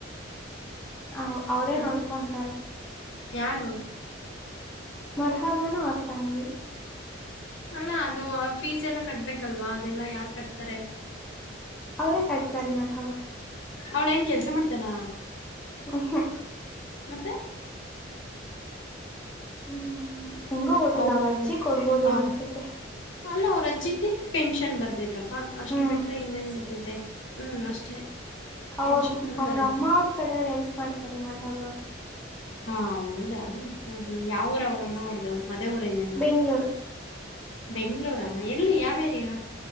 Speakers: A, in the centre; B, on the left.
A: ಹ ಅವ್ರೇ
B: ಹ್ಮ
A: ನೋಡ್ಕೊಂತಾರೆ.
B: ಯಾರು?
A: ಮರಹಬಾನ ಅವರ ತಂಗಿ
B: ಅಲ್ಲ ಅದು ಫೀಸ್ ಎಲ್ಲ ಕಟಬೇಕಲ್ವಾ ಅದೆಲ್ಲ ಯಾರ ಕಟ್ತಾರೆ?
A: ಅವರೇ ಕಟ್ತಾರೆ ಮರಹಬ.
B: ಅವ್ಳ ಏನು ಕೆಲಸ ಮಾಡ್ತಾಳ?
A: ಹ ಹ
B: ಮತ್ತೆ
A: ಹ್ಮ್ ಹೆಂಗೂ ಗೊತ್ತಿಲ್ಲ
B: ಅವ್ರ
A: ಅವ್ರು ಅಜ್ಜಿ ಕೊಡ್ಬೋದು
B: ಹ
A: ಅನ್ಸತ್ತೆ.
B: ಅಲ್ಲ ಅವ್ರ ಅಜ್ಜಿಗೆ ಪೆನ್ಷನ್ ಬರ್ತೈತಪ್ಪಾ ಅಷ್ಟು
A: ಹ್ಮ್
B: ಬಿಟ್ರೆ ಇನ್ನೇನ್ ಬರ್ತೈತಿ. ಮತ್ತೆ ಹ್ಮ್ ಅಷ್ಟೇ ಪೆನ್ಷನ್
A: ಅವ್ರ
B: ಒಂದು
A: ಅವ್ರ
B: ಬರುತ್ತೆ
A: ಅಮ್ಮ ಅವ್ರ ಕಡೆ ಅವರು ಹೆಲ್ಪ್ ಮಾಡ್ತಾರೆ ಮರಹಬ ಅವ್ರು
B: ಹಾ ಹೌದಾ ಹ್ಮ ಹ್ಮ್ ಯಾವೂರ ಅವ್ರಮ್ಮ ಅವರದು ಅದೇ ಊರ ಏನೇನಾ
A: ಬೆಂಗ್ಳೂರು
B: ಬೆಂಗಳೂರು ಎಲ್ಲಿ ಯಾವ ಏರಿಯಾ